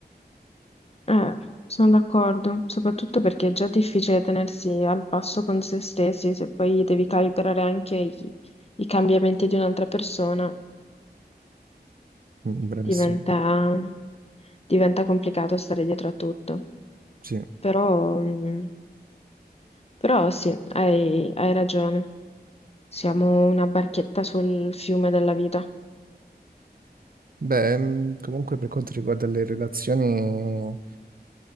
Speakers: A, on the left (about 35°); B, on the right (about 55°).
A: eh, sono d'accordo, soprattutto perché è già difficile tenersi al passo con se stessi, se poi devi calibrare anche i, i cambiamenti di un'altra persona,
B: Mm, Bravissimo.
A: diventa, diventa complicato stare dietro a tutto.
B: Sì.
A: Però, mm, però sì, hai, hai ragione, siamo una barchetta sul fiume della vita.
B: Beh, mm, comunque per quanto riguarda le relazioni.